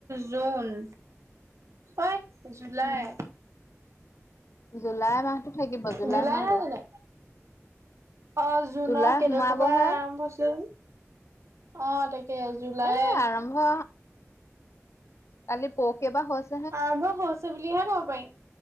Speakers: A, on the right (about 70°); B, on the left (about 65°).
A: জুন। ঐ, জুলাই।
B: উম জুলাই মাহটো থাকিব
A: জুলাই
B: মাহটো
A: নহয় জানো। অ', জুনৰ
B: জুলাই
A: কেই
B: সোমাবহে
A: তাৰিখৰ পৰা আৰম্ভ হৈছিল, অ', তাকে। জুলাই
B: এ, আৰম্ভ কালি পৰশিৰ পৰা হৈছে।
A: অ', বই হৈছে বুলিহে কব পাৰি,